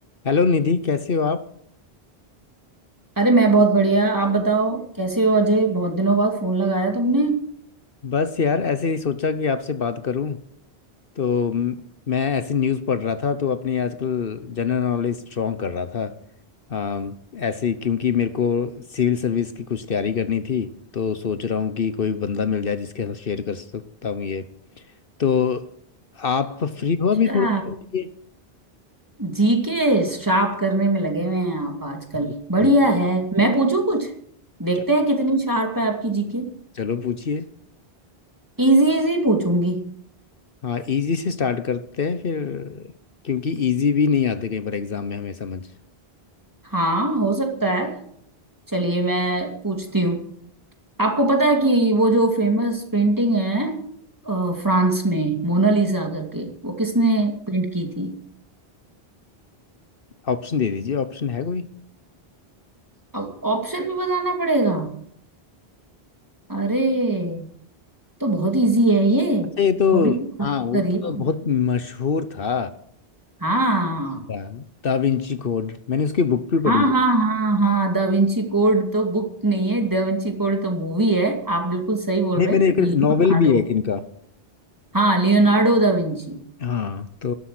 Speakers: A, on the left; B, on the right.
A: Hello Nidhi कैसे हो आप
B: अरे मैं बहुत बढ़िया आप बताओ कैसे हो अजय बहुत दिनों बाद फोन लगाया तुमने
A: बस यार ऐसे ही सोचा कि आपसे बात करूं तो म- मैं ऐसी न्यूज़ पढ़ रहा था तो अपनी आजकल जनरल नॉलेज स्ट्रॉन्ग कर रहा था अम, ऐसे ही क्योंकि मेरे को सिविल सर्विस की कुछ तैयारी करनी थी तो सोच रहा हूँ कि कोई बंदा मिल जाए जिसके साथ शेयर कर सकता हूँ ये तो आप फ्री हो अभी
B: अच्छा
A: थोड़ी देर के लिए
B: जी के श्राप करने में लगे हुए हैं आप आजकल
A: जी,
B: बढ़िया
A: जी।
B: है मैं पूछूं कुछ देखते
A: चलिए,
B: हैं कितनी शार्प है आपकी जी के
A: चलो पूछिए
B: इजी इजी पूछूंगी
A: हाँ इजी से स्टार्ट करते हैं फिर क्योंकि इजी भी नहीं आते कहीं पर एग्जाम में हमें समझ
B: हाँ हो सकता है चलिए मैं पूछती हूँ आपको पता है कि वो जो फेमस पेंटिंग है अ, फ्रांस में मोनालिसा करके वो किसने पेंट की थी
A: ऑप्शन दे दीजिए ऑप्शन है कोई
B: अब ऑप्शन भी बताना पड़ेगा अरे तो बहुत इजी है ये
A: अच्छा ये तो
B: थोड़ी सी कोशिश
A: हाँ वो
B: करिए
A: तो बहुत मशहूर था
B: हाँ
A: दा विंची कोड मैंने उसकी बुक भी
B: हाँ
A: पढ़ी है
B: हाँ हाँ हाँ दा विंची कोड तो बुक नहीं है दा विंची कोड तो मूवी है आप बिल्कुल सही बोल
A: नहीं
B: रहे
A: मैंने
B: हैं
A: एक
B: लियोनार्डो
A: नॉवेल भी है एक इनका
B: हाँ लियोनार्डो दा विंची
A: हाँ तो